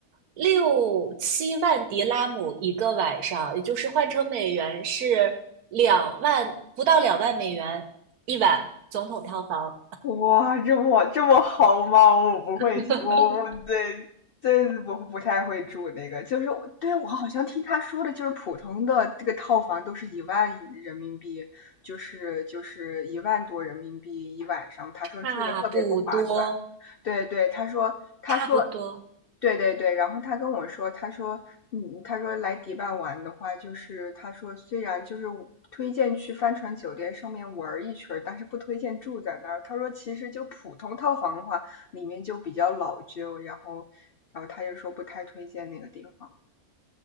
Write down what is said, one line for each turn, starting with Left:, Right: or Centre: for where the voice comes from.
Right: 六七万迪拉姆一个晚上，也就是换成美元是两万，不到两万美元一晚，总统套房，
Left: 哇，这么这么好吗？我不会，
Right: <laughs>
Left: 我我我对这不不太会住那个，就是我对我好像听他说的，就是普通的这个套房都是一万人民币，就是就是一万多人民币一晚上。他说住着特别不划算。
Right: 差不多，
Left: 对对，他说他说
Right: 差不多。
Left: 对对对，然后他跟我说，他说，嗯，他说来迪拜玩的话，就是他说虽然就是推荐去帆船酒店上面玩一圈儿，但是不推荐住在那儿。他说其实就普通套房的话，里面就比较老旧，然后，然后他就说不太推荐那个地方。